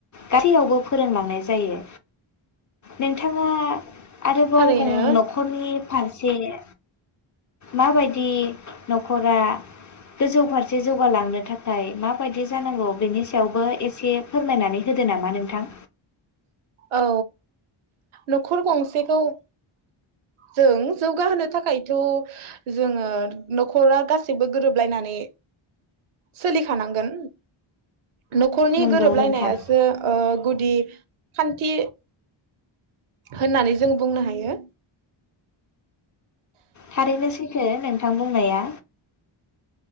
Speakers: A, on the left; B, on the right.
A: गासैयावबो फोरोंलांनाय जायो नोंथाङा आरोबाव
B: थारैनो
A: गं न'खरनि फारसे जे माबायदि न'खर नखरा गोजौ फारसे जौगालांनो थाखाय माबायदि जानांगौ बेनि सायावबो एसे फोरमायनानै होदो नामा नोंथां
B: औ न'खर गंसेखौ जों जौगाहोनो थाखायथ' जोङो न'खरा गासैबो गोरोबलायनानै सोलिखानांगोन न'खरनि
A: नंगौ
B: गोरोबलायनायासो
A: नोंथां
B: गुदि खान्थि होननानै जों बुंनो हायो
A: थारैनो सैखो नोंथां बुंनाया